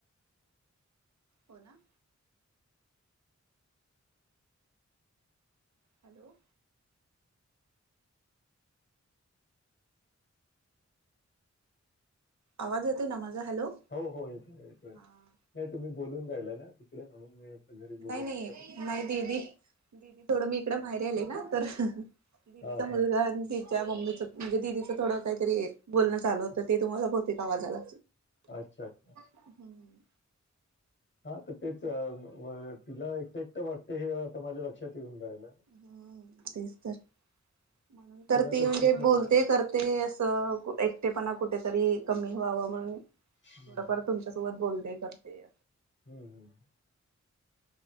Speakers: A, on the right (about 70°); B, on the left (about 40°).
A: हो ना. हॅलो.... आवाज येते ना माझा हॅलो..
B: हो हो येतोय येतोय
A: हा.
B: नाही तुम्ही बोलून राहिलाय ना तिकडे म्हणून मी म्हणलं घरी बोलत
A: नाही नाही
B: तरी...
A: नाही दिदी दिदी थोडं मी इकडे माहेरी आले ना तर दिदीचा
B: हां,
A: मुलगा
B: हां.
A: आणि दिदी... मम्मीचं म्हणजे दिदीचं थोडं काहीतरी बोलण चालू होतं ते तुम्हाला बहुतेक आवाज आला....
B: अच्छा, अच्छा.
A: हम्म
B: हा तर अ म तेच तिला एकटं एकटं वाटते हे आता माझ्या लक्षात येऊन राहिला....
A: ह तेच तर म्हणून तर
B: तिला
A: ती म्हणजे
B: खूप
A: बोलते
B: हं,
A: करते अस... अ एकटेपणा कुठेतरी कमी व्हाव म्हण थोडफार
B: हं.
A: तुमच्यासाठी.. बोलते करते....
B: हम्म हम्....